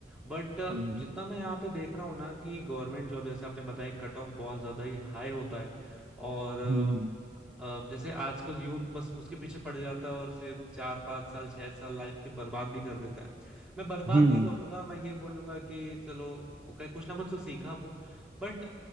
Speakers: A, in the centre; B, on the right.
A: बट
B: हम्म
A: जितना मैं यहाँ पे देख रहा हूँ ना कि गवर्नमेंट जॉब जैसे आपने बताया कट ऑफ बहुत ज्यादा ही हाई होता है और
B: हम्म
A: अ, अ, जैसे आजकल यूथ बस उसके पीछे पड़ जाता है और फिर चार पाँच साल छह साल लाइफ की बर्बाद भी कर देता है मैं बर्बाद
B: हम्म
A: नहीं बोलूंगा मैं ये बोलूंगा कि चलो ओके कुछ ना कुछ तो सीखा वो बट